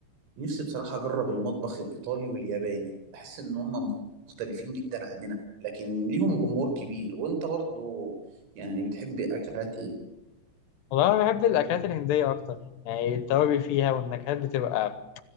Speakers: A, on the right; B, on the left.
A: نفسي بصراحة أجرب المطبخ الإيطالي والياباني بحس إن هما مختلفين جدا عننا لكن ليهم جمهور كبير وأنت برضو يعني بتحب أكلات إيه؟
B: والله انا بحب الاكلات الهنديه اكتر يعني التوابل فيها والنكهات بتبقى